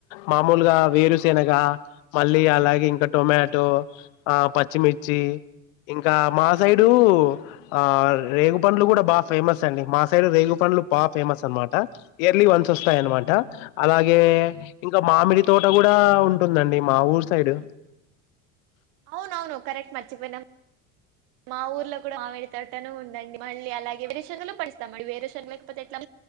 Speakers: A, on the left (about 85°); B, on the right (about 65°).
A: మామూలుగా వేరుశెనగా మళ్ళీ అలాగే ఇంకా టొమా టో ఆ పచ్చిమిర్చి ఇంకా మా సైడు ఆ రేగుపండ్లు గూడా బా ఫేమస్ అండి మా సైడు రేగుపం లు పా ఫేమస్ అనమాట ఇయర్లీ వన్స్ వొస్ స్తాయ్ అనమాట అలాగే ఇంకా మామిడి తోట గూడా ఉంటుందండి మా ఊరు సైడు
B: అవునవును కరెక్ట్ మచ్చిపోయినం. మా ఊర్లో కూడా మామిడి తోటను ఉందండి మళ్ళీ అలాగే వేరూశేన్లు పండిస్తాం మళ వేరుషేన్ లేకపోతే ఎట్లా